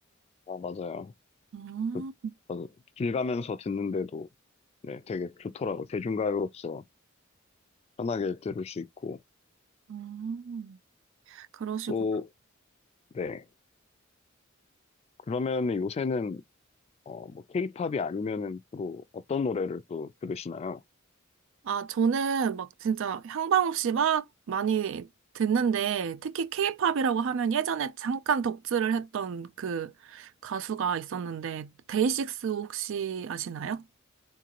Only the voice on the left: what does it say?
아, 맞아요.
그, 저도 길 가면서 듣는데도 네, 되게 좋더라고요. 대중가요로서 편하게 들을 수 있고.
또, 네. 그러면 요새는 어, 뭐 케이팝이 아니면은 주로 어떤 노래를 또 들으시나요?